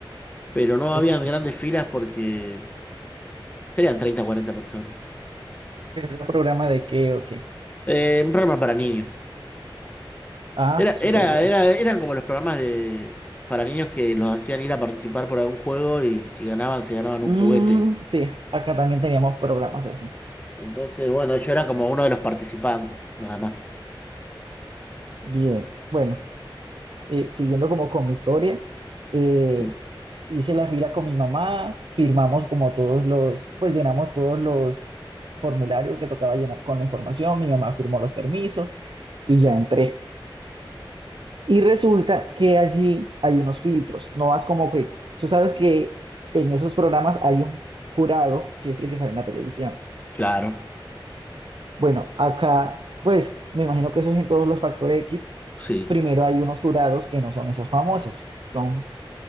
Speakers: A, on the left; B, on the right.
A: pero no
B: Ujú.
A: habían grandes filas porque serían 30 o 40 personas.
B: Pero era programa de qué o qué.
A: Eh, un programa para niños.
B: Ah,
A: Era,
B: súper
A: era,
B: bien.
A: era, eran como los programas de, para niños que los hacían ir a participar por algún juego y si ganaban, se ganaban
B: Mm,
A: un juguete.
B: sí, acá también teníamos programas así.
A: Entonces, bueno, yo era como uno de los participantes, nada más.
B: Bien, bueno, eh, siguiendo como con mi historia, eh,
A: Sí,
B: hice la fila con mi mamá, firmamos como todos los, pues llenamos todos los formularios que tocaba llenar con la información, mi mamá firmó los permisos y ya entré. Y resulta que allí hay unos filtros, no vas como que, tú sabes que en esos programas hay un jurado que es el que sale en la televisión.
A: claro,
B: Bueno, acá, pues me imagino que eso es en todos los Factor X,
A: sí.
B: primero hay unos jurados que no son esos famosos, son